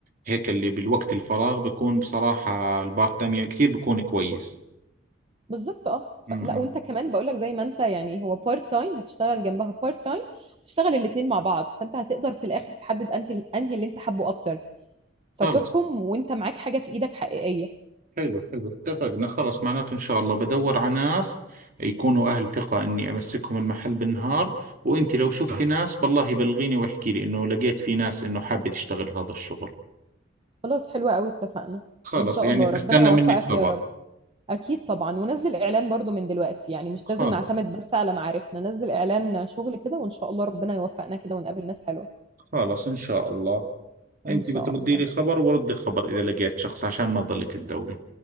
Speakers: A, on the right; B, on the right.
A: هيك اللي بالوقت الفراغ بيكون بصراحة البارت تايم كثير بيكون كويس
B: بالظبط اه ف-
A: امم
B: لا وانت كمان بقول لك زي ما انت يعني هو بارت تايم هتشتغل جنبها بارت تايم تشتغل الاثنين مع بعض فانت هتقدر في الاخر تحدد انت انهي اللي انت حابه اكتر فتحكم
A: خلص
B: وانت معاك حاجه في ايدك حقيقيه
A: حلو حلو اتفقنا خلص معناته ان شاء الله بدور على ناس يكونوا اهل ثقة اني امسكهم المحل بالنهار وانت لو شفتي ناس بالله بلغيني واحكي لي انه لقيت في ناس انه حابة تشتغل هذا الشغل
B: خلاص حلوه قوي اتفقنا
A: خلص
B: ان شاء
A: يعني
B: الله ربنا
A: استنى
B: يوفقك
A: منك خبر
B: يا رب اكيد طبعا ونزل اعلان برضو من دلوقتي يعني مش
A: خلص
B: لازم نعتمد بس على معارفنا نزل اعلان شغل كده وان شاء الله ربنا يوفقنا كده ونقابل ناس حلوة
A: خلص ان شاء الله انت
B: ان شاء
A: بتردي
B: الله
A: لي خبر وبردك خبر اذا لقيت شخص عشان ما تضلك تدوري